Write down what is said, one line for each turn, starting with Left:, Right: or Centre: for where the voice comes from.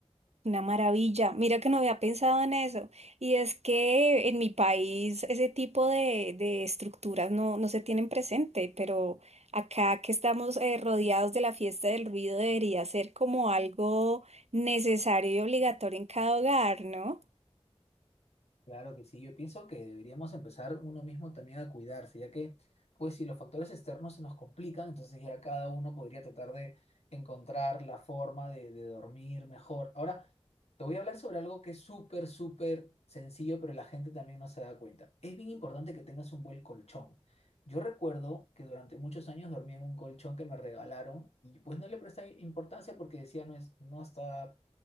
Right: Una maravilla. Mira que no había pensado en eso. Y es que en mi país ese tipo de, de estructuras no, no se tienen presente, pero acá que estamos eh, rodeados de la fiesta del ruido debería ser como algo necesario y obligatorio en cada hogar, ¿no?
Left: Claro que sí, yo pienso que deberíamos empezar uno mismo también a cuidarse, ya que, pues, si los factores externos se nos complican, entonces ya cada uno podría tratar de encontrar la forma de, de dormir mejor. Ahora, te voy a hablar sobre algo que es súper, súper sencillo, pero la gente también no se da cuenta. Es bien importante que tengas un buen colchón. Yo recuerdo que durante muchos años dormí en un colchón que me regalaron y pues no le presté importancia porque decía, no es, no está